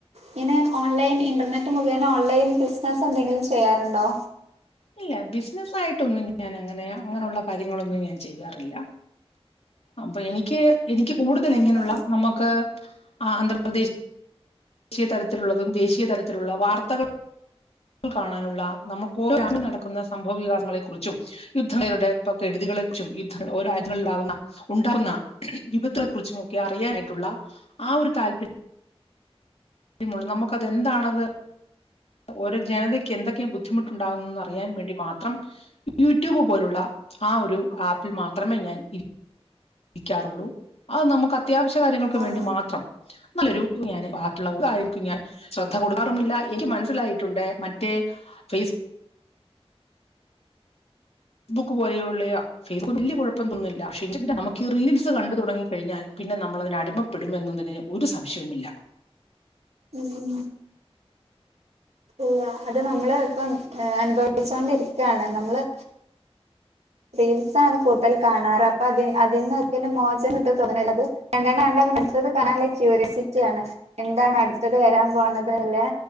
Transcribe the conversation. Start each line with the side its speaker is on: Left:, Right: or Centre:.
Right: പിന്നെ ഓൺലൈൻ ഇന്റർനെറ്റ് മുഖേന ഓൺലൈൻ ബിസിനസ്സ് എന്തെങ്കിലും ചെയ്യാറുണ്ടോ?
Left: ഇല്ല ബിസിനസ് ആയിട്ടൊന്നും ഞാൻ അങ്ങനെ അങ്ങനുള്ള കാര്യങ്ങളൊന്നും ഞാൻ ചെയ്യാറില്ല. അപ്പ എനിക്ക് എനിക്ക് കൂടുതൽ
Right: ഓക്കെ
Left: ഇങ്ങനുള്ള നമക്ക് ആന്ധ്രാപ്രദേശ്- ദേശീയ തരത്തിലുള്ളതും ദേശീയ തലത്തിലുള്ള വാർത്തകൾ കാണാനുള്ള നമുക്ക് <inaudible> നടക്കുന്ന സംഭവ വികാസങ്ങളെ കുറിച്ചും യുദ്ധങ്ങളുടെ ഇപ്പ കരുതികളെ കുറിച്ചും യുദ്ധങ്ങൾ ഓരൊ രാജ്യങ്ങളിലുണ്ടാകുന്ന ഉണ്ടാവുന്ന വിപത്ത് കുറച്ച്മൊക്കെ അറിയാനായിട്ടുള്ള ആ ഒരു താല്പര്യം ഉള്ളു നമുക്കത് എന്താണത് ഓരോ ജനതക്ക് എന്തൊക്കെ ബുദ്ധിമുട്ടുണ്ടാകുന്നന്ന് അറിയാൻ വേണ്ടി മാത്രം യൂട്യൂബ് പോലുള്ള ആ ഒരു ആപ്പിൽ മാത്രമേ ഞാൻ ഇരി ഇരിക്കാറുള്ളൂ അത് നമുക്ക് അത്യാവശ്യ കാര്യങ്ങൾക്ക്
Right: ആഹ്
Left: വേണ്ടി മാത്രം. നല്ലൊരു ഞാന് ആട്ട്ള്ള ഒരാൾക്കും ഞാൻ ശ്രദ്ധ കൊടുക്കാറുമില്ല. എനിക്ക് മനസ്സിലായിട്ടുണ്ട് മറ്റേ ഫേസ് ബുക്ക് പോലെയുള്ളയ ഫേസ്ബുക്ക്‌ വലൃ കുഴപ്പൊന്നുല്ല പക്ഷേ നമുക്ക് റീൽസ് കണ്ടു തുടങ്ങി കഴിഞ്ഞാൽ പിന്നെ നമ്മളതിന് അടിമ പെടുമെന്നതിന് ഒരു സംശയവുമില്ല.
Right: ഉം ഇല്ല. അത് നമ്മള് ഇപ്പം അനുഭവിച്ചോണ്ടിരിക്കാണ് നമ്മള് റീൽസാണ് കൂടുതൽ കാണാറ്. അപ്പൊ അതി അതീന്ന് ഒരിക്കലും മോചനം കിട്ടും തോന്നണില്ല അത് രണ്ടെണ്ണം കണ്ടാ പിന്നെ അടുത്തത് കാണന്ള്ള ക്യൂരിയോസിറ്റി ആണ്. എന്താണ്‌ അടുത്തത് വെരാൻ പോണത് എന്ന്ള്ളെ